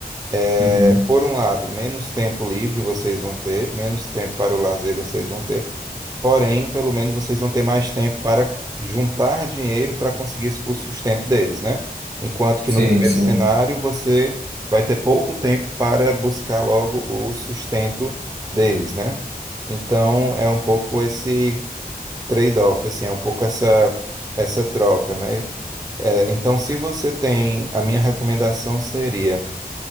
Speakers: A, on the right; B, on the right.
A: é,
B: Uhum.
A: por um lado, menos tempo livre vocês vão ter, menos tempo para o lazer vocês vão ter. Porém, pelo menos vocês vão ter mais tempo para juntar dinheiro para conseguir o sustento deles, né? Enquanto que
B: Sim,
A: no primeiro
B: sim.
A: cenário você vai ter pouco tempo para buscar logo o sustento deles, né? Então é um pouco esse trade-off, assim, é um pouco essa essa troca, né? É, então, se você tem, a minha recomendação seria,